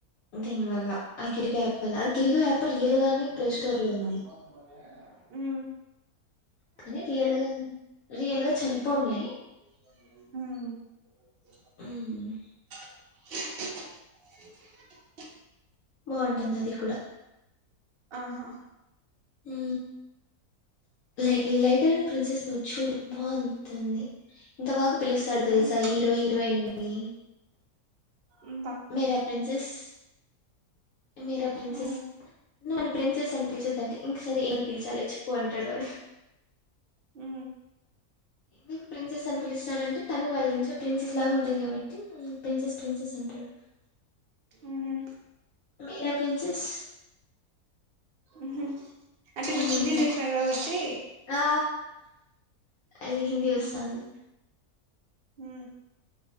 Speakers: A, on the left (about 65°); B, on the right (about 65°).
A: దీని వల్ల ఆ గిరిగో యాప్ వల్ల ఆ గిరిగో యాప్ రియల్
B: లేదు
A: గానే ప్లే స్టోర్ లో
B: సినిమా
A: ఉంది
B: కి పోదాం అని ఊ
A: కానీ రియల్ గా రియల్ గా చనిపోంలే
B: ఉ
A: ఉ హు
B: బోళ్ల సౌండ్
A: బాగుంటుంది అది కూడా
B: ఆహా
A: ఉ లై లైటర్ అం ప్రిన్సెస్ నువ్ చూడు బాగుంటంది ఇంత బాగా పిలుస్తాడు తెలుసా
B: ఉమ్
A: హీరో హీరోయిన్ ని
B: ఉమ్
A: మేరా ప్రిన్సెస్ మేరా ప్రిన్సెస్
B: ఉ
A: నన్ను ప్రిన్సెస్ అని పిలిచొద్దంటే ఇంక సర ఏమని పిలిచాలో చెప్పు అంటాడు వాడు
B: ఉ
A: ఎందుకు ప్రిన్సెస్ అని పిలిస్తన్నాడంటే తను వాళ్ళ ఇంట్లో ప్రిన్సెస్ లా ఉంటంది కాబట్టి ప్రిన్సెస్ ప్రిన్సెస్ అంటాడు
B: ఉ హు
A: మీరా ప్రిన్సెస్
B: ఉహు అంటే
A: ఏముంటుంది
B: నువ్వు కిందికి చేసిన్ కాబట్టి
A: ఆ అది హిందీ వస్తుంది
B: అంటే ఊ ఉ